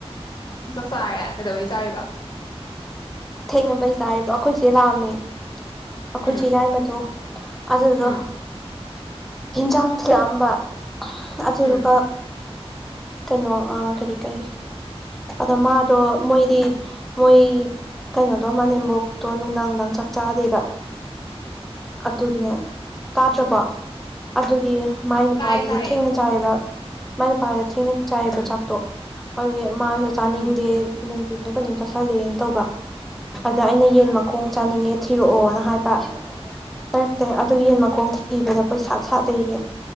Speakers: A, on the left; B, in the centre.
A: ꯆꯥꯛ ꯆꯥꯔꯦ ꯀꯩꯗꯧꯕꯩ ꯆꯥꯔꯤꯕ
B: ꯊꯦꯡꯉꯕꯩ ꯆꯥꯔꯤꯕ ꯑꯩꯈꯣꯏ ꯆꯦ ꯂꯥꯛꯑꯝꯃꯦ ꯑꯩꯈꯣꯏ
A: ꯎꯝ
B: ꯆꯦ ꯌꯥꯏꯃꯗꯣ ꯑꯗꯨꯗꯣ
A: ꯎꯝ
B: ꯍꯤꯟꯖꯥꯡ ꯊꯤꯂꯛꯑꯝꯕ ꯑꯗꯨꯗꯨꯒ
A: ꯎꯝ
B: ꯀꯩꯅꯣ ꯑ ꯀꯔꯤ ꯀꯔꯤ ꯑꯗꯣ ꯃꯥꯗꯣ ꯃꯣꯏꯗꯤ ꯃꯣꯏ ꯀꯩꯅꯣꯗꯣ ꯃꯅꯦꯝꯕꯣꯛꯇꯣ ꯅꯨꯡꯗꯥꯡ ꯅꯨꯡꯗꯥꯡ ꯆꯥꯛ ꯆꯥꯗꯦꯕ
A: <inaudible>
B: ꯑꯗꯨꯒꯤꯅꯦ ꯇꯥꯗ꯭ꯔꯕꯣ ꯑꯗꯨꯒꯤ ꯃꯥꯏ ꯅꯨꯄꯥꯗꯨꯗ
A: ꯇꯥꯏꯌꯦ ꯇꯥꯏꯌꯦ
B: ꯊꯦꯡꯅ ꯆꯥꯏꯌꯦꯕ ꯃꯥꯏ ꯅꯨꯄꯥꯗ ꯊꯦꯡꯅ ꯆꯥꯏꯌꯦꯕ
A: ꯎꯝ
B: ꯆꯥꯛꯇꯣ ꯑꯗꯨꯒꯤ ꯃꯥꯁꯨ ꯆꯥꯅꯤꯡꯗꯦ
A: ꯎꯝ
B: <unintelligible> ꯗ ꯀꯩꯅꯣꯝ ꯆꯥꯁꯤꯜꯂꯦꯅ ꯇꯧꯕ ꯑꯗ ꯑꯩꯅ ꯌꯦꯟ ꯃꯈꯣꯡ ꯆꯥꯅꯤꯡꯉꯦ ꯊꯤꯔꯛꯑꯣꯅ ꯍꯥꯏꯕ ꯄꯥꯏꯔꯛꯇꯦ ꯑꯗꯨꯒ ꯌꯦꯟ ꯃꯈꯣꯡ ꯊꯤꯕꯗ ꯀꯣꯏꯁꯥꯠ ꯁꯥꯠꯂꯦꯌꯦ